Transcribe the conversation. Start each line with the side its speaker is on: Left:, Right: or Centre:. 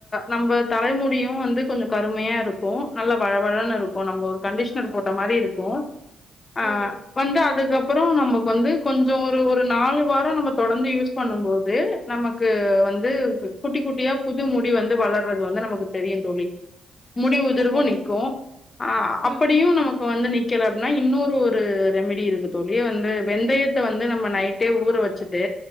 Left: நம்ம தலைமுடியு வந்து கொஞ்சோ கருமையா இருக்கும் நல்ல வழவழன்னு இருக்கும் நம்ப கண்டிஷனர் போட்ட மாறி இருக்கும் ஆ
Centre: ம்
Left: வந்து அதுக்கு அப் புறோ நமக்கு வந்து கொஞ்சோ ஒரு ஒரு நாலு வார நம்ம தொடர்ந்து யூஸ் பண்ணும் போது நமக்கு வந்து குட்டி குட்டியா புது முடி வந்து வளர்றது வந்து நமக்கு தெரியு தோழி முடி
Centre: செரிங்க
Left: உதிர்வும்
Centre: தோழி
Left: நிக்கும் அ அப்புடியு
Centre: ம்
Left: நமக் கு வந்து நிக்கல அப்புடின்னா இன்னொரு ஒரு ரெமிடி இருக்கு தோழி வந்து வெந்தய த்த வந்து நம்ம நைட்டே ஊற வச்சுட்டு